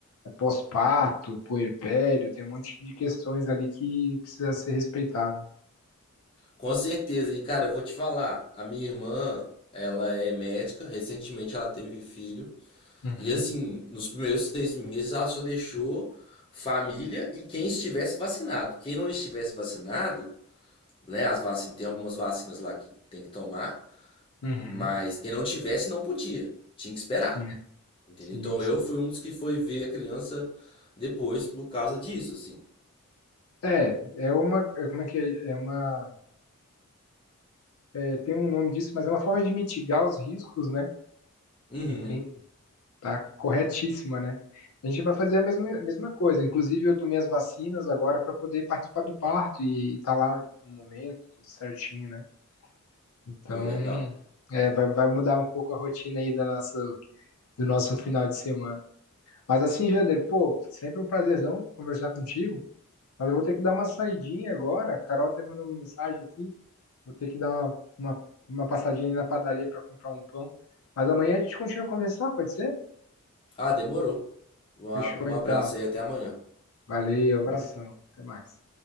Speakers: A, on the left; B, on the left.
A: É pós-parto, puerpério, tem um monte de questões ali que precisa ser respeitado.
B: Com certeza. E, cara, eu vou te falar, a minha irmã, ela é médica, recentemente ela teve filho,
A: Uhum.
B: e assim, nos primeiros seis meses ela só deixou família e quem estivesse vacinado. Quem não estivesse vacinado, né, as vacinas, tem algumas vacinas lá que tem que tomar,
A: Uhum.
B: mas quem não tivesse não podia, tinha que esperar,
A: Sim,
B: entendeu?
A: sim,
B: Então
A: sim.
B: eu fui um dos que foi ver a criança depois por causa disso, assim.
A: É, é uma, é, como é que é? É uma, é, tem um nome disso, mas é uma forma de mitigar os riscos, né?
B: Uhum.
A: Não tem, tá corretíssima, né? A gente vai fazer a mesma, a mesma coisa. Inclusive, eu tomei as vacinas agora para poder participar do parto e, e tá lá no momento, tudo certinho, né? Então,
B: Pô, legal.
A: é, vai, vai mudar um pouco a rotina aí da nossa, do nosso final de semana. Mas assim, Jander, pô, sempre um prazerzão conversar contigo. Mas eu vou ter que dar uma saidinha agora. A Carol até mandou uma mensagem aqui. Vou ter que dar uma, uma, uma passadinha aí na padaria para comprar um pão. Mas amanhã a gente continua a conversar, pode ser?
B: Ah, demorou. Um a-
A: Fechou
B: um
A: então.
B: abraço aí, até amanhã.
A: Valeu, abração.
B: Falou.
A: Até mais.